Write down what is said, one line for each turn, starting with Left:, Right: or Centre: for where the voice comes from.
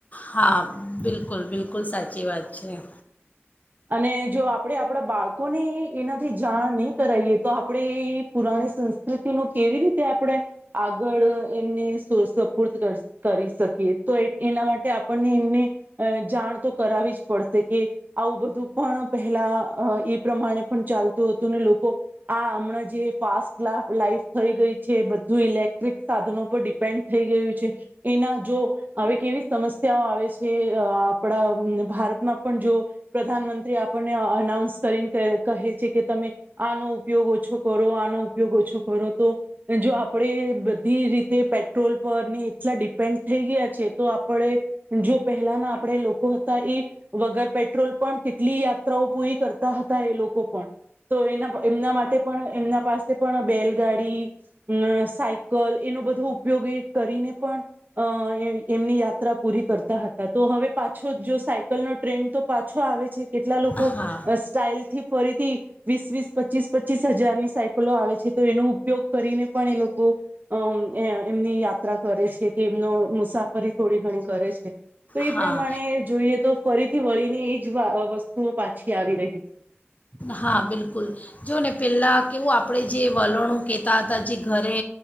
Left: હા બિલકુલ બિલકુલ સાચી વાત છે <unintelligible>
Right: અને જો આપણે આપણા બાળકોને એનાથી જાણ નહીં કરાવએ તો આપણે પુરાણી સંસ્કૃતિ ન કેવી રીતે આપણે આગળ એમને સપૂર્દ કરી શકીએ તો એના માટે આપણને એમને જાણ તો કરાવી જ પડશે કે આવું બધું પણ પહેલા એ પ્રમાણે પણ ચાલતું હતું ને લોકો આ હમણાં જે ફાસ્ટ લાઈફ થઈ ગઈ છે બધું ઇલેક્ટ્રિક સાધનો પર ડિપેન્ડ થઈ ગયું છે એના જો હવે કેવી સમસ્યાઓ આવે છે આપણા ભારતમાં પણ જો પ્રધાનમંત્રી આપણને અનાઉન્સ કરીને કહે છે કે તમે આનો ઉપયોગ ઓછો કરો આનો ઉપયોગ ઓછો કરો તો જો આપણે બધી રીતે પેટ્રોલ પરને એટલા ડિપેન્ડ થઈ ગયા છે તો આપણે જો પહેલાના આપણે લોકો હતા એ વગર પેટ્રોલ પણ કેટલી યાત્રાઓ પૂરી કરતા હતા એ લોકો પણ તો એના એમના માટે પણ એમના પાસે પણ બેલગાડી અ સાયકલ એનો બધો ઉપયોગ એ કરીને પણ અ એમની યાત્રા પૂરી કરતા હતા તો હવે પાછો જો સાયકલનોો ટ્રેન્ડ તો પાછો આવે છે કેટલા લોકો
Left: હા
Right: સ્ટાાઈલથી ફરીથી વીસ વીસ પચીસ પચીસ હજારની સાયકલો આવે છે તો એનો ઉપયોગ કરીને પણ એ લોકો અમ એમની યાત્રા કરે છે કે એમનો મુસાફરી થોડી ઘણી કરે છે તો એ
Left: હા
Right: પ્રમાણે જોઈએ તો ફરીથી મળી ને એ બ વસ્તુઓ પાછી આવી રહી છે <unintelligible>
Left: હા બિલકુલ જોઓ ને પહેલાં કેવું આપણે જે વલણો કહેતા હતા જે ઘરે